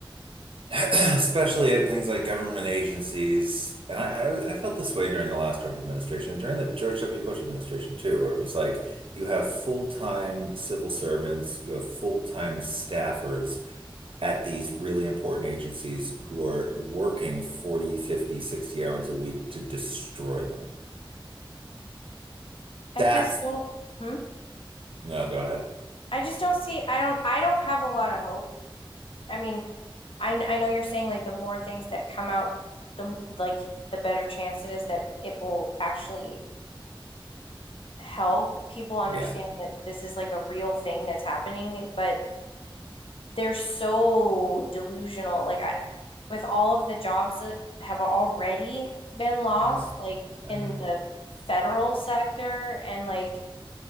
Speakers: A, on the right (about 75°); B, on the left (about 80°).
A: <clears throat> especially at things like government agencies, and I, I, I felt this way during the last Trump administration, during the George W. Bush administration too, where it was like you have full-time civil servants, you have full-time staffers at these really important agencies who are working 40, 50, 60 hours a week to destroy them.
B: I
A: That's
B: just don't hmm?
A: no, go ahead.
B: I just don't see I don't I don't have a lot of hope I mean, I I know you're saying like the more things that come out, the like the better chance it is that it will actually help people understand
A: Yeah,
B: that this is like a real thing that's happening, but they're so delusional. Like I, with all of the jobs that have already been lost,
A: I know.
B: like
A: I
B: in
A: know.
B: the federal sector and like